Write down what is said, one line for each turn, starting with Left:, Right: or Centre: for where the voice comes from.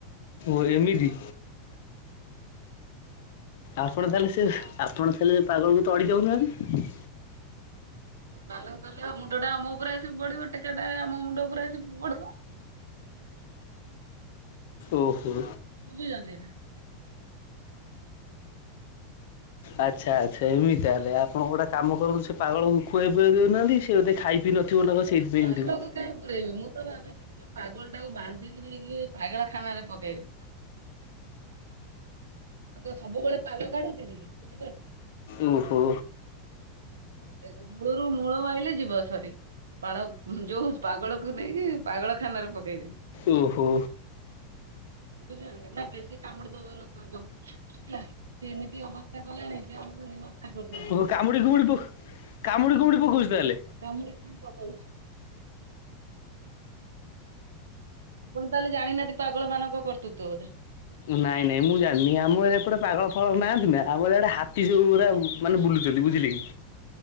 Left: ତ ଏମିତି। ଆପଣ ତାହେଲେ ସେ
Right: ହଁ
Left: ଆପଣ ତାଲେ ପାଗଳକୁ ତଡି ଦଢଉନାହାନ୍ତି।
Right: <unintelligible> ମୁଣ୍ଡ ଟା ଆମ ଉପରେ ଆସି ପଡିବ ଟେକା ଟା ଆମ ମୁଣ୍ଡ ଉପରେ ଆସି ପଡିବ।
Left: ଓହୋ।
Right: ବୁଝୁଚନ୍ତି ନା।
Left: ଆଚ୍ଛା, ଆଚ୍ଛା ଏମିତି ତାହେଲେ ଆପଣ ଗୋଟେ କାମ କରନ୍ତୁ ସେ ପାଗଳକୁ ଖୁଆଇ ପୁଆଇ ଦେଉନାହାନ୍ତି ସେ ବୋଧେ ଖାଇ ପି ନ <unintelligible> ସେଇଥିପାଇଁ
Right: ପାଲକୁ
Left: ଏମିତି
Right: କାହିଁ ପୁରଇବି ମୁଁ ତ ଭାବିଛି ସେ ଯୋଉ ପାଗଳ ଟାକୁ ବାନ୍ଧିକି ନେଇକି ପାଗଳ ଖାନାରେ ପକେଇବି। ଆଉ ତ ସବୁବେଳେ ପାଲ କାଢୁଥିବି ବୁଝିପାରୁଛନ୍ତି।
Left: ଓହୋ।
Right: ହଁ ସେଇ ମୂଳରୁ ମୂଳ ମାଇଲେ ଯିବ ସରି। ପାଳ ହୁଁ, ଯୋଉ ପାଗଳ କୁ ନେଇକି ପାଗଳ ଖାନାରେ ପକେଇବି।
Left: ଓହୋ।
Right: ବୁଝୁଚନ୍ତି ନା କି ସିଏ କାମୁଡି ଦବ ଲୋକ ହବ ହେଲା ସିଏ ଏମିତି ଅବସ୍ଥା କଲାଣି ସିଏ ଆମକୁ ହୀନସ୍ତା କରିସାଇଲାଣି।
Left: ଓହୋ କାମୁଡ଼ି କୁମୁଡ଼ି ପ କାମୁଡ଼ି କୁମୁଡ଼ି ପକଉଚି ତାହେଲେ।
Right: କାମୁଡି କୁମୁଡି ପକଉଛି। ଆପଣ ତାହେଲେ ଜାଣିନାହାନ୍ତି ପାଗଳ ମାନଙ୍କ କର୍ତ୍ତୃତ୍ୱ ବୋଧେ।
Left: ନାଇଁ ନାଇଁ ମୁଁ ଜାଣିନି ଆମ ଏ ଏପଟେ ପାଗଳ ଫାଗଳ ନାହାନ୍ତି ନା। ଆମର ଆଡେ ହାତୀ ସବୁ ଗୁରା ମାନେ ବୁଲୁଚନ୍ତି ବୁଝିଲେ କି।